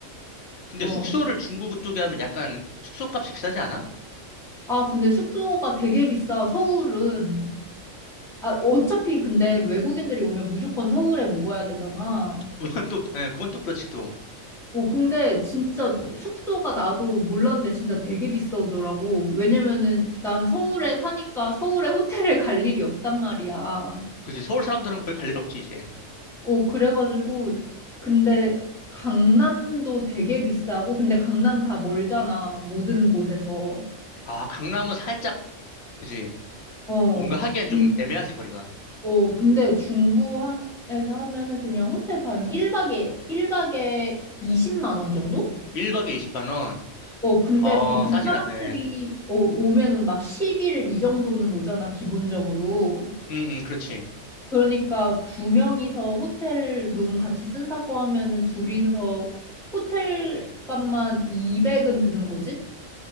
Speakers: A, on the left; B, in the centre.
A: 근데
B: 어.
A: 숙소를 중구 쪽에 하면 약간 숙소값이 비싸지 않아?
B: 아, 근데 숙소가 되게 비싸, 서울은. 아, 어차피 근데 외국인들이 오면 무조건 서울에 묵어야 되잖아.
A: <laughs> 그건 또 예, 그건 또 그렇지 또
B: 어, 근데 진짜 숙소가 나도 몰랐는데 진짜 되게 비싸더라고. 왜냐면은 난 서울에 사니까 서울에 호텔을 <laughs> 갈 일이 없단 말이야.
A: 그지 서울 사람들은 거의 갈 일 없지 이제
B: 어, 그래가지고, 근데 강남도 되게 비싸고, 근데 강남 다 멀잖아, 모든 곳에서.
A: 아 강남은 살짝 그지
B: 어,
A: 뭔가 하기엔
B: 근,
A: 좀 애매하지 거리가
B: 어, 근데 중구에서 하면은 그냥 호텔 방이 1박에, 일박에 20만 원 정도?
A: 1박에 20만 원
B: 어, 근데
A: 어,
B: 보통
A: 싸진
B: 사람들이
A: 않네.
B: 어, 오면은 막 10일 이 정도는 오잖아, 기본적으로.
A: 응, 응, 그렇지.
B: 그러니까 두 명이서 호텔 룸 같이 쓴다고 하면은 둘이서 호텔 값만 200은 드는 거지?